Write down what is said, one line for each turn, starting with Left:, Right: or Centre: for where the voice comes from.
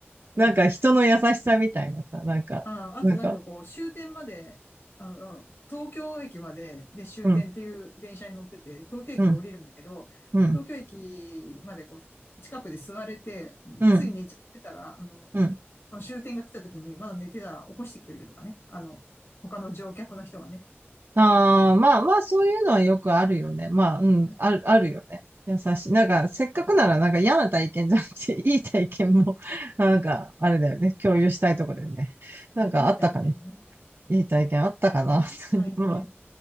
Right: なんか人の優しさみたいなさ、
Left: <laughs>
Right: なんか、
Left: ああ、あとなんかこう、
Right: なんか、
Left: 終点まで、あの、東京駅まで、で終点っていう電車に乗ってて、
Right: うん、
Left: 東京駅で降りるんだけど、
Right: うん、うん、
Left: 東京駅までこう、近くで座れて、
Right: うん、
Left: つい寝ちゃってたら、あの、
Right: うん。
Left: その終点が来た時にまだ寝てたら起こしてくれるとかね。あの、他の乗客の人がね。
Right: ああ、まあまあ、そういうのはよくあるよね。まあ、うん、
Left: うん
Right: ある、あるよね。優しい。なんか、せっかくなら、なんか嫌な体験じゃなくて、<laughs> いい体験も、<laughs> なんか、あれだよね。共有したいとこだよね。なんか、
Left: いい体験ね。
Right: あったかな。いい体験あったかな。
Left: いい体験ね。
Right: <laughs> まあ、